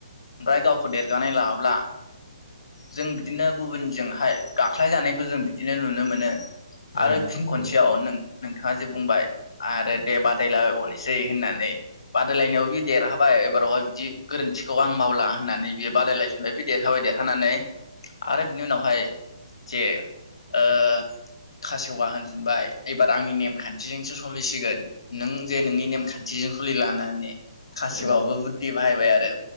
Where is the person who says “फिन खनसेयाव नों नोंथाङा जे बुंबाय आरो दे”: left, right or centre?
Left